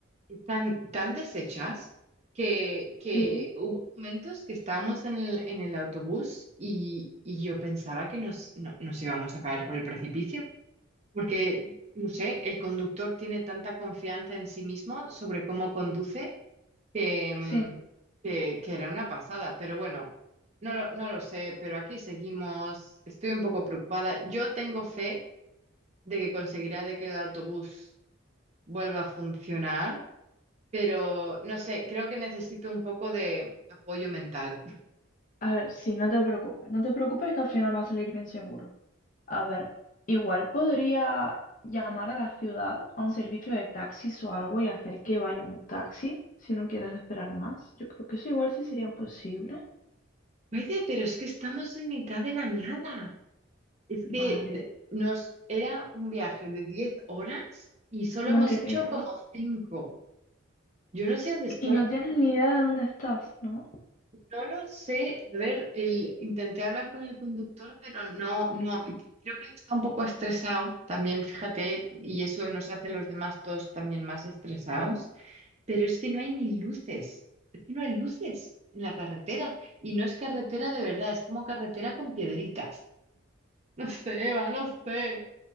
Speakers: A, on the right; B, on the left.
A: están tan deshechas que, que
B: Sí.
A: hubo momentos que estábamos en el, en el autobús y, y yo pensaba que nos, no- nos íbamos a caer por el precipicio, porque, no sé, el conductor tiene tanta confianza en sí mismo sobre cómo conduce que, mm,
B: Sí.
A: que, que era una pasada, pero bueno. No lo, no lo sé, pero aquí seguimos. Estoy un poco preocupada. Yo tengo fe de que conseguirá de que el autobús vuelva a funcionar pero no sé, creo que necesito un poco de apoyo mental. <laughs>
B: A ver, sí, no te preocupes. No te preocupes que al final va a salir bien seguro. A ver, igual podría llamar a la ciudad a un servicio de taxis o algo y hacer que vaya un taxi si no quieres esperar más. Yo creo que eso igual sí sería posible.
A: Puede, pero es que estamos en mitad de la nada. Es que
B: Vale.
A: de- nos era un viaje de 10 horas y solo
B: Madre
A: hemos hecho
B: mía.
A: como cinco Yo no sé dónde estoy.
B: Y no tienes ni idea de dónde estás, ¿no?
A: No lo sé. A ver, el, intenté hablar con el conductor, pero no, no. Creo que él está un poco estresado también, fíjate, y eso nos hace a los demás todos también más estresados. Pero es que no hay ni luces, es que no hay luces en la carretera y no es carretera de verdad, es como carretera con piedritas. <laughs> No sé, Eva, no sé.